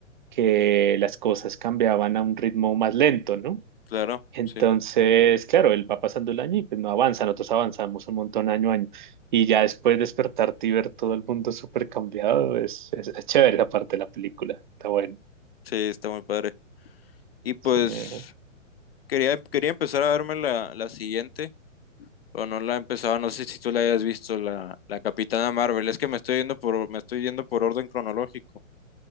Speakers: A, on the right; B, on the left.
A: que las cosas cambiaban a un ritmo más lento, ¿no?
B: Claro,
A: Entonces,
B: sí,
A: claro, él va pasando el año y pues no avanza, nosotros avanzamos un montón año a año. Y ya después despertarte y ver todo el mundo súper cambiado, es, es, es chévere la parte de la película, está bueno.
B: sí, está muy padre. Y pues
A: Eh,
B: quería, quería empezar a verme la, la siguiente, o no la empezaba, no sé si tú la hayas visto, la, la Capitana Marvel. Es que me estoy yendo por, me estoy yendo por orden cronológico.